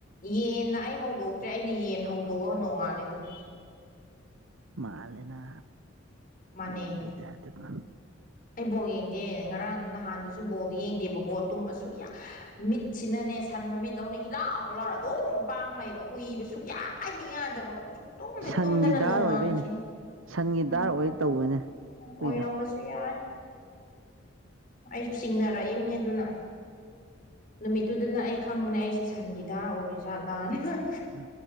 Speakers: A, on the left; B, on the right.
A: ꯌꯦꯟꯅ ꯑꯩ ꯍꯧꯗꯣꯛꯇ꯭ꯔꯦ ꯑꯩꯅ ꯌꯦꯟ ꯍꯧꯗꯣꯛꯑꯒ ꯅꯣꯡꯉꯥꯜꯂꯦ ꯑꯗꯨꯝ
B: ꯃꯥꯜꯂꯦꯅ
A: ꯃꯥꯟꯅꯩ
B: ꯌꯦꯡꯕꯩꯇꯥꯥꯔꯗꯀꯣ
A: ꯑꯩ ꯕꯣꯜ ꯌꯦꯡꯗꯦ ꯉꯔꯥꯡ ꯅꯍꯥꯟꯗꯁꯨ ꯕꯣꯜꯗ ꯌꯦꯡꯗꯦꯕꯀꯣ ꯇꯨꯝꯕ ꯁꯨꯌꯥ ꯃꯤꯠꯁꯤꯅꯅꯦ ꯁꯟ ꯃꯃꯤꯠꯗꯧꯅ ꯏꯂꯥꯎ ꯂꯥꯎꯔ ꯑꯗꯨꯝ ꯄꯥꯡꯅꯩꯑꯕ ꯎꯏꯕ ꯁꯨꯛꯌꯥ ꯍ ꯍꯦꯛ ꯌꯥꯗꯕ ꯁ ꯇꯨꯝꯃꯦ
B: ꯁꯟꯒꯤ
A: ꯇꯨꯝꯗꯅ
B: ꯗꯥꯔ
A: ꯅꯣꯡꯉꯥꯟꯈꯤ
B: ꯑꯣꯏꯕꯩꯅꯦ ꯁꯟꯒꯤ ꯗꯥꯔ
A: ꯃꯥꯅ
B: ꯑꯣꯏ ꯇꯧꯕꯅꯦ ꯑꯩꯈꯣꯏꯗꯣ
A: ꯑꯣꯏꯔꯝꯕꯁꯨ ꯌꯥ ꯑꯩꯁꯨ ꯆꯤꯡꯅꯔꯛꯏꯕꯅꯦ ꯑꯗꯨꯅ ꯅꯨꯃꯤꯠꯇꯨꯗꯅ ꯑꯩ ꯈꯪꯕꯅꯦ ꯑꯩꯁꯦ ꯁꯟꯒꯤꯗꯥꯔ ꯑꯣꯏꯔꯤ ꯖꯥꯠꯂꯥꯅ
B: ꯑ